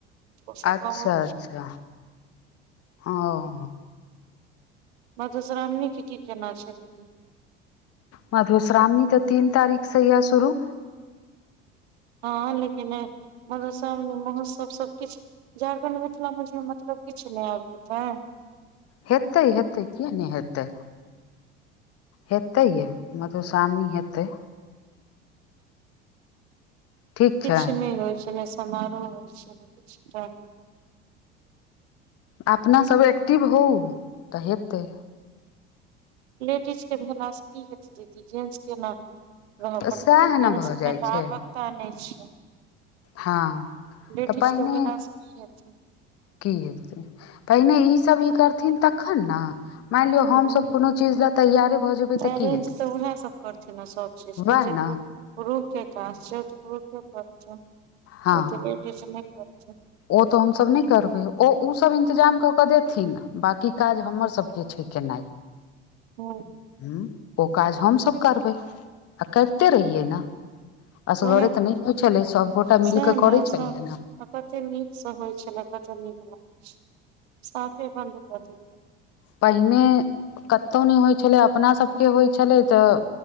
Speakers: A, on the right; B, on the left.
A: ओ सभ
B: अच्छा
A: गांव
B: अच्छा ओ
A: मधुश्रामणी के की केना छै दीदी
B: मधुश्रावनी तऽ तीन तारीख सँ या सुुरू
A: हँ लेकिन ए मधुश्रावणी महोत्सव सबकिछ झारखण्ड मिथिला मे छै मतलब किछ नहि आब पता
B: हेतै हेतै किएक नहि हेतै हेतै ये मधुश्रावणी हेतै ठीक
A: किछ
B: छै
A: नहि होइ छै ने समारोह होइ छै ने किछ टा
B: अपना सभ एक्टिव होउ त हेतै
A: लेडीज के भेलासँ की हेत दीदी जेंट्स के न रह
B: तऽ
A: पड़ते
B: सएह
A: त समय
B: ने
A: तऽ
B: भऽ जाइ
A: अता
B: छै
A: पता नहि छै
B: हँ
A: ब्रिटिश
B: तऽ पहिने
A: के गेला सँ की हैतेय
B: की हैतेय पहिनै ई सब ई करथिन तखन ने मान लियौ
A: हूँ
B: हमस कोनो चीज लए तैयारे भऽ जेबै तऽ
A: अरेंज
B: की हेतै
A: तऽ उएह सब करथिन आ चीज सब छै से
B: उएह
A: जयपुर
B: ने
A: पुरुख के काज छै ओ त पुरुखे करते
B: हँ
A: ओते लेडीज नहि करतय
B: ओ त हमसभ नहि करबै ओ ओसभ इन्तजाम क क देथिन बाकी काज हमर सबके छै केनाइ
A: हँ
B: ह ओ काज हमसभ करबै आ करिते रहियै ने असगरे
A: ओएह ने
B: तऽ नहि होइ छलै सभगोटा
A: सएह
B: मिल क
A: ने
B: करै
A: सब
B: छलियै ने
A: आ कते नीक से होइ छलै कते नीक लाग छै साफे बन्द भऽ जेते
B: पहिने कतहु नहि होइ छलै अपना सभके होइ छलै तऽ